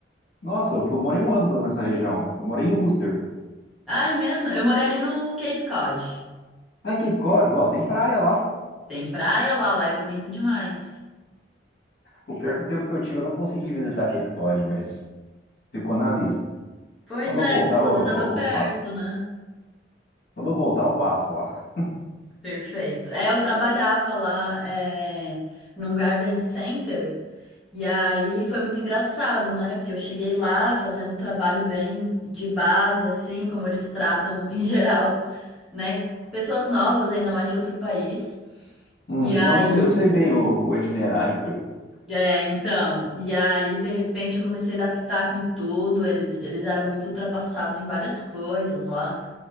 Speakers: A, on the left (about 60°); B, in the centre.
A: Nossa, eu morei um ano nessa região. Eu morei em Worcester.
B: Ah, é mesmo? Eu morei ali no Cape Cod.
A: Ah, em Cape Cod, ó, tem praia lá.
B: Tem praia lá, lá é bonito demais.
A: O pior é que o tempo que eu tive, eu não consegui visitar Cape Cod, mas ficou na lista.
B: Pois
A: Quando
B: é,
A: eu voltar,
B: porque você
A: eu, eu,
B: tava perto,
A: eu passo.
B: né?
A: Quando eu voltar, eu passo lá.
B: Perfeito. É, eu trabalhava lá, é, num garden center e aí foi muito engraçado, né? Porque eu cheguei lá fazendo trabalho bem de base, assim, como eles tratam em <laughs> geral, né? Pessoas novas, ainda mais de outro país.
A: Hum,
B: E aí
A: Não, eu sei, eu sei bem o o itinerário. <laughs>
B: É, então, e aí de repente eu comecei a dar pitaco em tudo, eles, eles eram muito ultrapassados em várias coisas lá.